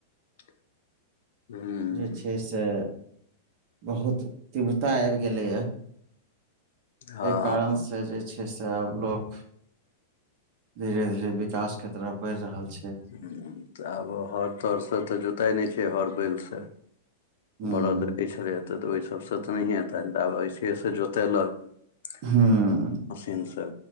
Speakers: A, on the left (about 70°); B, on the right (about 40°).
A: <inaudible> हूँ
B: जे छैय से बहुत तीव्रता आबि गेलै य
A: हँ
B: एह कारण से जे छै से आब लोक धीरे धीरे वि कास केँ तरफ बढ़ि रहल छै
A: हुँ तऽ आब ओ हर तर सँ तऽ जोताय नय छै हर बैल सँ
B: हूँ
A: बरद एतै छलै य तऽ तऽ ओहि सभसँ तऽ नहिए हेतैन तऽ आब अइसेसँ जोतेलक
B: हुँ
A: मशीन सँ